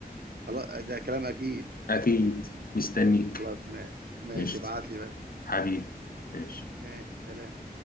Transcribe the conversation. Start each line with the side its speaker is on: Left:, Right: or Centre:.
Right: خلاص ده كلام اكيد
Left: اكيد مستنيك
Right: خلاص ما- ماشي
Left: قشطه
Right: ابعت لي بقى
Left: حبيبي ماشي
Right: ماشي سلام